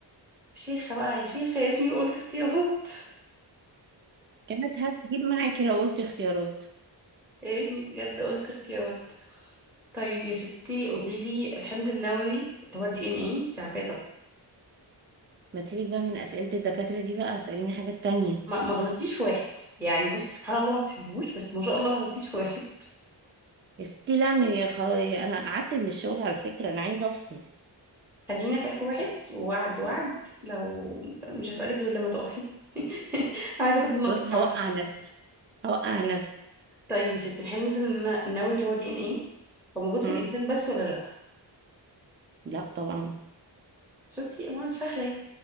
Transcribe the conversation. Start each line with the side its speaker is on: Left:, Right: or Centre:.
Centre: شيخه بقى يا شيخه يا ريتني قلت اختيارات
Right: كانت هتجيب معاكي لو قلت اختيارات
Centre: يا ريتني بجد قلت اختيارات طيب يا ستي قولي لي الحمض النووي اللي هو الدي ان اي انت عارفاه طبعا
Right: ما تسيبك بقى من أسئلة الدكاترة دي بقى اسأليني حاجات تانية
Centre: ما ما غلطتيش في واحد يعني بص سبحان الله ما بتحبهوش بس ما شاء الله ما غلطتيش في واحد
Right: يا ستي لا م- يا خ- أنا قعدت من الشغل على فكرة أنا عايزة أفصل
Centre: خلينا في اخر واحد ووعد وعد لو مش هسألك غير لما تقعي <laughs> عايزه اخد النقطه
Right: خلاص
Centre: بتاعتك
Right: هوقع نفسي هوقع نفسي
Centre: طيب يا ستي الحمض الن- النووي اللي هو دي ان اي هو موجود
Right: مم.
Centre: في الانسان بس ولا لا
Right: لا طبعا
Centre: شفتي ما سهله اهي